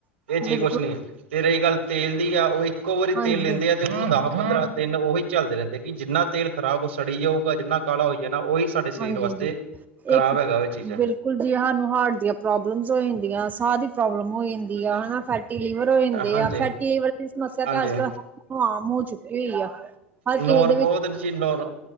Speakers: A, on the right (about 75°); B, on the right (about 25°).
A: ਇਹ ਚੀਜ਼
B: ਬਿਲਕੁਲ
A: ਕੁਛ ਨੀ ਤੇ ਰਹੀ ਗੱਲ ਤੇਲ ਦੀ ਆ ਉਹ ਇੱਕੋ ਵਾਰੀ
B: ਹਾਂਜੀ,
A: ਤੇਲ ਲੈਂਦੇ ਆ ਤਿੰਨ ਦਸ ਪੰਦਰਾਂ ਦਿਨ ਉਹੀ ਚੱਲਦੇ ਰਹਿੰਦੇ ਕਿ ਜਿੰਨਾ ਤੇਲ ਖਰਾਬ ਸੜੀ ਜਾਊਗਾ ਜਿੰਨਾ ਕਾਲਾ ਹੋ ਜਾਣਾ ਉਹੀ ਸਾਡੇ ਸਰੀਰ
B: ਹਾਂਜੀ
A: ਵਾਸਤੇ
B: ਹਾਂਜੀ
A: ਖ਼ਰਾਬ
B: ਇੱਕ
A: ਹੈਗਾ ਉਹ ਚੀਜ਼ਾਂ
B: ਬਿਲਕੁਲ ਬੁਲ ਜ ਸਾਨੂੰ ਹਾਰਟ ਦੀਆਂ ਪ੍ਰੋਬਲਮਸ ਹੋ ਜਾਂਦੀਆਂ ਸਾਹ ਦੀ ਪ੍ਰੋਬਲਮ ਹੋ
A: ਹਾਂਜੀ
B: ਆ ਹਨਾ ਫੈਟੀ ਲੀਵਰ ਹੋ ਜਾਂਦੇ
A: ਹਾਂਜੀ
B: ਆ ਫੈਟੀ ਲਿਵਰ ਦੀ ਸਮੱਸਿਆ
A: ਹਾਂਜੀ
B: ਤਾਂ ਅੱਜ ਕੱਲ ਹਮ ਹੋ ਚੁੱਕੀ ਹੋ ਹੀ ਆ ਹਰ
A: ਨੋਰ
B: ਕਿਸੇ ਦੇ
A: ਉਹਦ
B: ਵਿੱਚ
A: ਚੀਜ਼ ਨੋਰ